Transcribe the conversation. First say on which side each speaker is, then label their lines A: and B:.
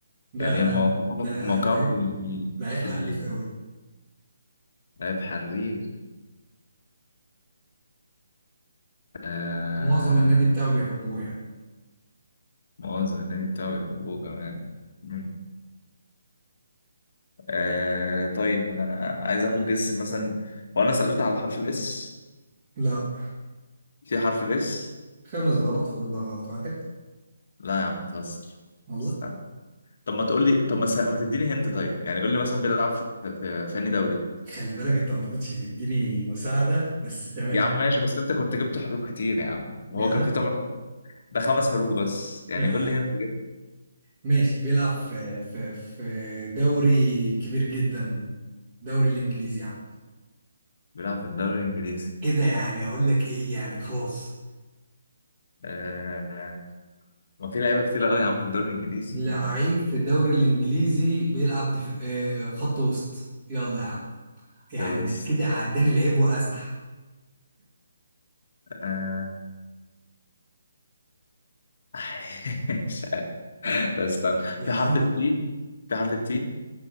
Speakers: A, on the right; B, on the left.
A: ده
B: يعني موقعهم
A: ده
B: موقعهم
A: لعيب
B: في ال-
A: لعيب
B: في
A: حريف
B: ال-
A: قوي
B: لعيب حرير آه
A: ومعظم النادي بتاعه بيحبوه يعني
B: مؤاخذة النادي بتاعه بيحبوه كمان مم. آه طيب انا عايز اخد جس مثلا وانا سألت على حرف الاس
A: لا
B: في حرف الاس
A: خمس غلط فاضل لك غلط واحد
B: لا يا عم بتهزر
A: والله
B: استنى طب ما تقول لي طب ما, س... ما تديني هنت طيب يعني قول لي مثلا بيلعب في, في... في أنهي دوري
A: خلي بالك انت ما رضيتش تديني مساعدة بس تمام
B: يا عم ماشي بس انت كنت جبت حروف كتير يا عم
A: يا
B: وهو
A: عم
B: كان في ثمان حروف ده خمس حروف بس يعني
A: يا عم.
B: قول لي هنت كده
A: ماشي بيلعب في في في دوري كبير جدا دوري الانجليزي يا عم
B: بيلعب في الدوري الانجليزي
A: كده يعني اقول لك ايه يعني خلاص
B: آه... ما في لعيبه كتير قوي يا عم في الدوري الانجليزي
A: لعيب
B: ما-
A: في الدوري الانجليزي بيلعب دف... آه، خط وسط يلا يا عم يعني
B: بس
A: انا كده عداني لعيب وازح
B: آه... <laughs> مش عارف
A: طب
B: طب استنى
A: يا
B: في
A: عم
B: حرف التي في حرف التي